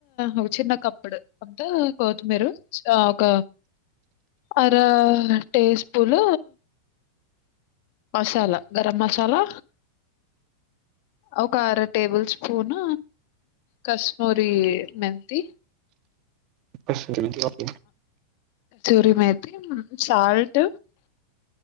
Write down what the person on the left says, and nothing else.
ఒక చిన్న కప్పుడు అంతా కోత్మీరు ఒక అర టీ స్పూన్ మసాలా గరం మసాలా ఒక అర టేబుల్ స్పూన్ కశమొరి మెంతి
రిమేతి సాల్ట్